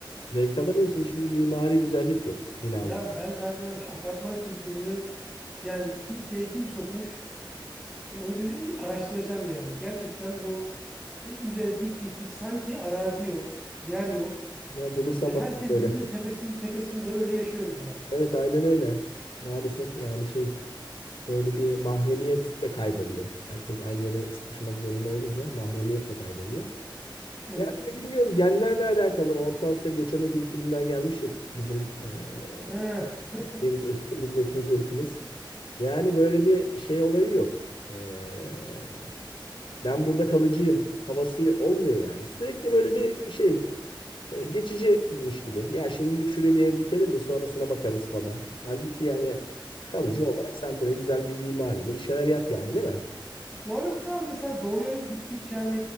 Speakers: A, on the left (about 75°); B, in the centre.
A: Zevk alamıyorsun çünkü mimari güzellik yok binalar.
B: Ya ben zaten abi şu apartman kültürünü yani Türkiye'ye kim sokmuş? E, onu bir araştıracağım yani. Gerçekten bu e, üzeri dik dik dik sanki arazi yok, yer yok.
A: Ben bulursam
B: Yani
A: bana
B: herkes
A: söyle.
B: birbirinin tepesinin tepesinde öyle yaşıyoruz yani.
A: Evet aynen öyle. Maalesef yani şey böyle bir mahremiyet de kayboluyor. Herkes aynı yere sıkışmak zorunda olunca mahremiyet de kayboluyor.
B: Evet.
A: Ya bir de bilmiyorum genlerle alakalı mı? Orta Asya göçebe kültüründen gelmiş ya bizim eee,
B: Ha. <laughs>
A: şeyimiz, <laughs> milletimiz, ırkımız. Yani böyle bir şey olayı yok. Eee, ben burada kalıcıyım havası olmuyor yani. Sürekli böyle bir şey e, geçiciymiş gibi. Ya şimdilik şuraya bir ev dikelim de sonrasına bakarız falan. Halbuki yani kalıcı
B: Anladım.
A: olarak sen buraya güzel bir mimariyle bir şeyler yap yani değil mi?
B: Bu arada abi mesela doğuya gittikçe hani